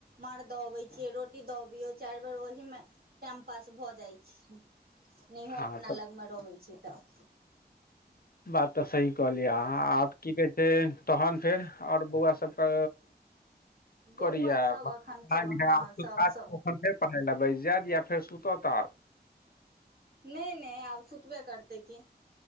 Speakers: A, on the right; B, on the left.
A: मांर दऽ अबै छियै रोटी दऽ अबियौ चारि बेर ओहि मे टाइम पास भऽ जाइ छै नहिहो
B: अहाँ
A: अपना
B: तऽ
A: लगमे रहै छै तऽ
B: बात तऽ सही कहलियइ अहाँ आब की बे से तहन फेर ओर बौआ सबके
A: बौआ
B: करिया
A: सभ
B: पढ़ै
A: एखन सभ हँ सभ सभ
B: ले बैस जायत या फेर सुतत आब
A: नहि नहि आब सुतबे करतै की